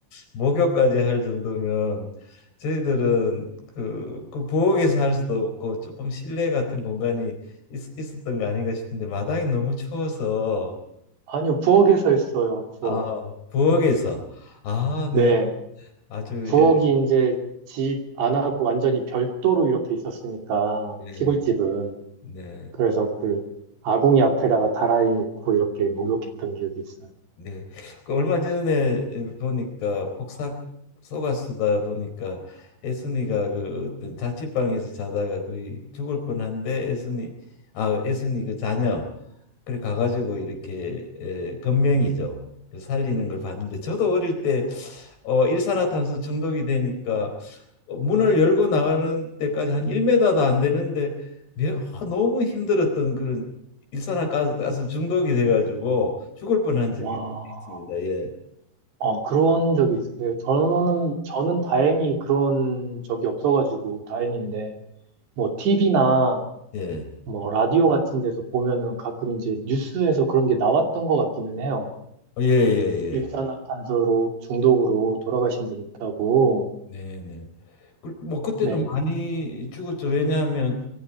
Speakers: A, on the left; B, on the right.
A: 목욕까지 할 정도면 저희들은 그, 그 부엌에서 할 수도 없고 조금 실내 같은 공간이 있, 있었던 거 아닌가 싶은데 마당이 너무 추워서
B: 아니요, 부엌에서 했어요, 부엌.
A: 아 부엌에서 아
B: 네.
A: 네 아주
B: 부엌이
A: 예,
B: 이제 집 안 하고 완전히 별도로 이렇게 있었으니까,
A: 예,
B: 시골집은.
A: 네
B: 그래서 그 아궁이 앞에다가 다라이 놓고 이렇게 목욕했던 기억이 있어요.
A: 네. 그 얼마 전에 보니까 폭삭 속아 쓰다 보니까 애순이가 그 어떤 자취방에서 자다가 거의 죽을 뻔한데 애순이 아 애순이 그 자녀 그래 가가지고 이렇게 에, 건명이죠. 그 살리는 걸 봤는데 저도 어릴 때 어, 일산화탄소 중독이 되니까 어, 문을 열고 나가는 데까지 한 1m도 안 되는데 며- 아, 너무 힘들었던 그런 일산화가스 중독이 돼가지고 죽을 뻔한 적이
B: 와,
A: 맞습니다. 예.
B: 어, 그런 적이 있어요. 저는, 저는 다행히 그런 적이 없어가지고 다행인데, 뭐, TV나
A: 예.
B: 뭐, 라디오 같은 데서 보면은 가끔 이제 뉴스에서 그런 게 나왔던 것 같기는 해요.
A: 어, 예, 예, 예.
B: 일산화탄소로 중독으로 돌아가신 분 있다고.
A: 네, 네. 그- 뭐 그때는
B: 네,
A: 많이 죽었죠. 왜냐하면